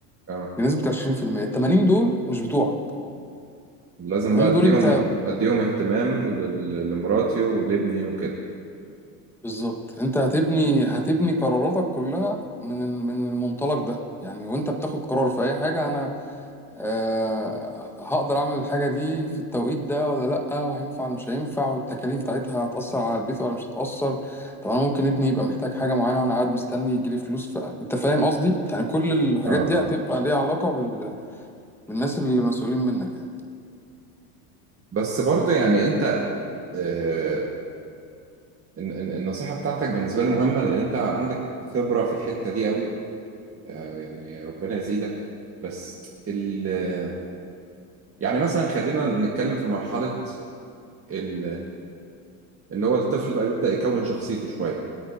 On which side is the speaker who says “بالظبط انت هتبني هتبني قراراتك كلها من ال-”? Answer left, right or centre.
Centre